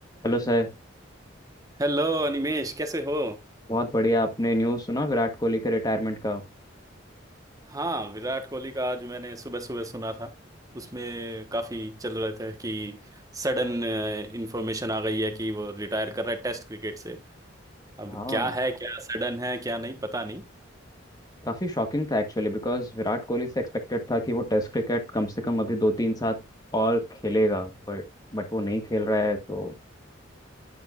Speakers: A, on the left; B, on the right.
A: Hello sir
B: हेलो अनिमेश कैसे हो
A: बहुत बढ़िया आपने न्यूज़ सुना विराट कोहली के रिटायरमेंट का
B: हाँ विराट कोहली का आज मैंने सुबह सुबह सुना था उसमें काफ़ी चल रहे थे कि सडन इंफॉर्मेशन आ गई है कि वो रिटायर कर रहा है टेस्ट क्रिकेट से अब
A: हाँ
B: क्या है क्या सडन है क्या नहीं पता नहीं
A: काफ़ी शॉकिंग था एक्चुअली बिकॉज विराट कोहली से एक्सपेक्टेड था कि वो टेस्ट क्रिकेट कम से कम अभी दो तीन साल और खेलेगा बट बट वो नहीं खेल रहा है तो